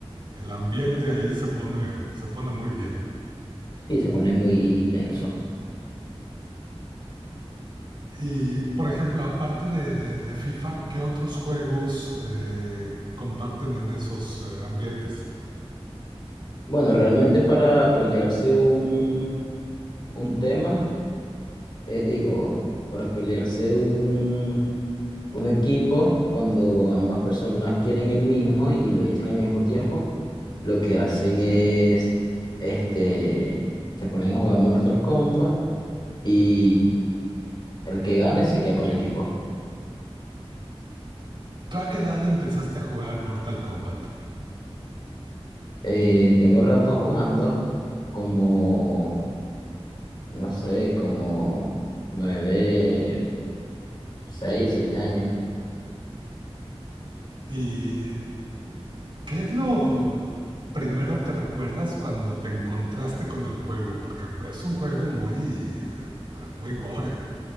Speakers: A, on the right; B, on the left.
A: el ambiente ahí se pone, se pone muy bien.
B: Sí, se pone muy tenso.
A: Y, por ejemplo, aparte de, de- de FIFA, ¿qué otros juegos eh, comparten en esos eh, ambientes?
B: Bueno, realmente para pelearse un, un tema. eh, digo, para pelearse un, un equipo, cuando ambas personas quieren el mismo y lo dicen al mismo tiempo, lo que hacen es, este, se ponen a jugar Mortal Kombat y el que gane se queda con el equipo.
A: ¿Tú a qué edad empezaste a jugar Mortal Kombat?
B: Eh, tengo rato jugando como, no sé, como nueve, seis, siete años.
A: ¿Y qué es lo primero que recuerdas cuando te encontraste con el juego? Porque es un juego muy, eh, muy gore.